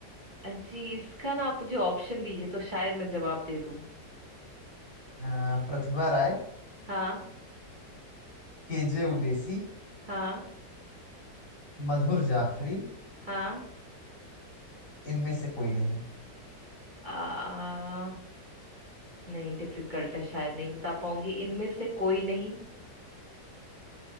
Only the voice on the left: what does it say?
हाँ, प्रतिभा राय
केजे उदेसी
मधुर जाफरी
इनमें से कोई नहीं